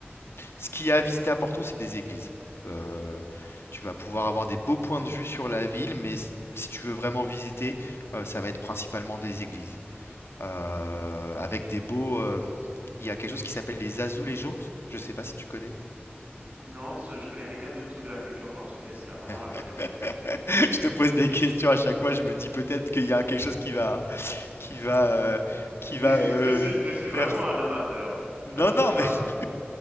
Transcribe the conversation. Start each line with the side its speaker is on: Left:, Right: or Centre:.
Left: ce qu'il y a à visiter à Porto, c'est des églises. Euh, tu vas pouvoir avoir des beaux points de vue sur la ville, mais s- si tu veux vraiment visiter, euh, ça va être principalement des églises euh, avec des beaux. euh, il y a quelque chose qui s'appelle les azulejos. Je sais pas si tu connais.
Right: non, je je connais rien du tout de la culture portugaise, c'est là vraiment la première
Left: <laughs>
Right: fois.
Left: Je te pose des questions à chaque fois. Je me dis peut-être qu'il y a quelque chose qui va, qui va, euh,
Right: <laughs>
Left: qui va euh,
Right: Je suis je suis
Left: faire.
Right: vraiment un amateur,
Left: Non,
Right: un amateur
Left: non, mais, <laughs>